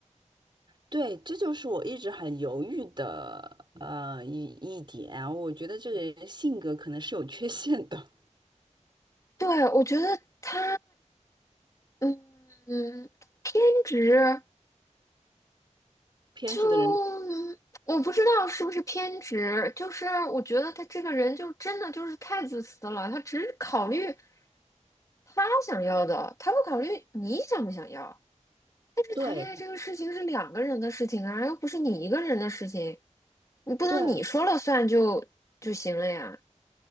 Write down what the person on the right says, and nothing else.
对，这就是我一直很犹豫的呃一一点。我觉得这个人性格可能是有缺陷的，
偏执的人。
对
对